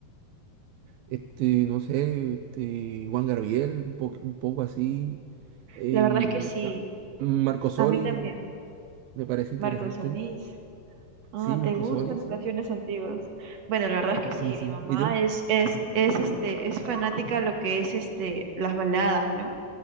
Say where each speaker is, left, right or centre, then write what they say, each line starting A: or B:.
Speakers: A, on the right; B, on the right.
A: este, no sé, este, Juan Gabriel, un, po- un poco así. eh,
B: La verdad es que sí,
A: ah, Marco Soli,
B: a mí también.
A: me parece interesante.
B: Marco Solís. Ah,
A: Sí, Marco
B: ¿te gustan
A: Soli, sí.
B: las canciones antiguas? Bueno, la verdad es que sí,
A: Sí.
B: mi mamá
A: ¿Y tú?
B: es, es, es este, es fanática a lo que es este, las baladas, ¿no?